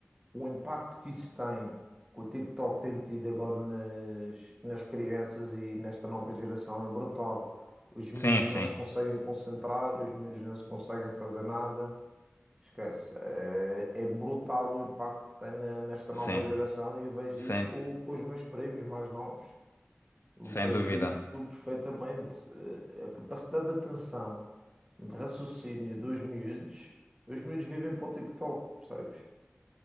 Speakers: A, on the right (about 20°); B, on the left (about 70°).
A: o impacto que isso tem, que o TikTok tem tido agora nas, nas crianças e nesta nova geração é brutal. Os miúdos
B: Sim, sim,
A: não se conseguem concentrar, os miúdos não se conseguem fazer nada. Esquece. É, é brutal o impacto que tem na- nesta
B: sim,
A: nova geração e eu vejo
B: sem,
A: isso com, com os meus primos mais novos. Vejo
B: sem dúvida.
A: isso perfeitamente. Eh, A capacidade de atenção, de raciocínio dos miúdos, os miúdos vivem para o TikTok, percebes?